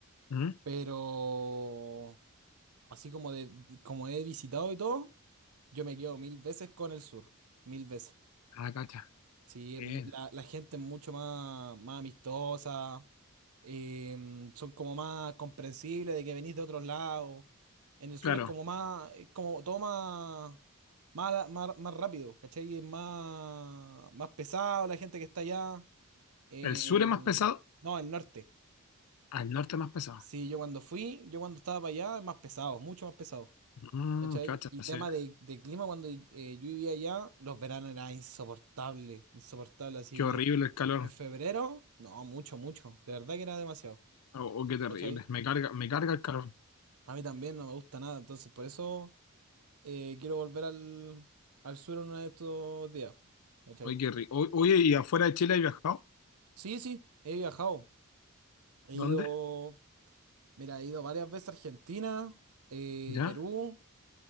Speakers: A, on the left; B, on the right.
A: ¿Mm?
B: pero así como, de, como he visitado y todo, yo me quedo mil veces con el sur, mil veces.
A: Ah, cacha.
B: Sí,
A: Bien.
B: es mu- la, la gente es mucho más, más amistosa, em, son como más comprensibles de que venís de otros lados. En el sur
A: Claro,
B: es como más, es como todo más, más, más, más rápido, ¿cachai? Es más, más pesado la gente que está allá. Eh,
A: el sur es más pesado,
B: no, el norte.
A: al norte es más pesado.
B: Sí, yo cuando fui, yo cuando estaba para allá, es más pesado, mucho más pesado.
A: Mm,
B: ¿Cachai?
A: cacha,
B: Y
A: sí.
B: tema de, de clima, cuando eh, yo vivía allá, los veranos eran insoportables, insoportables así
A: Qué horrible
B: en,
A: el calor.
B: en febrero, no, mucho, mucho. De verdad que era demasiado.
A: Oh, oh, qué terrible.
B: ¿Cachai?
A: Me carga, me carga el calor.
B: A mí también no me gusta nada, entonces por eso eh, quiero volver al, al sur uno de estos días. ¿Cachai?
A: Oye, qué rico. O- Oye, ¿y afuera de Chile has viajado?
B: Sí, sí, he viajado. He
A: ¿Dónde?
B: ido, mira, he ido varias veces a Argentina, eh,
A: ¿Ya?
B: Perú.